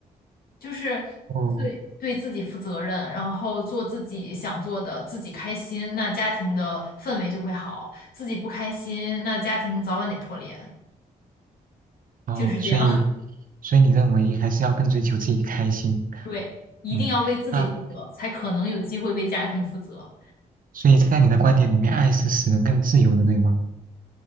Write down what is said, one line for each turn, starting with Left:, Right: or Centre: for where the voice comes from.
Left: 就是
Right: 哦
Left: 对对自己负责任，然后做自己想做的，自己开心，那家庭的氛围就会好；自己不开心，那家庭早晚得破裂，
Right: 哦，
Left: 就是这样。
Right: 所以
Left: <laughs>
Right: 所以你认为还是要更追求自己开心，
Left: 对，一定要为自己负责，
Right: 嗯。那
Left: 才可能有机会为家庭负责。
Right: 所以在你的观点里面，爱是使人更自由的，对吗？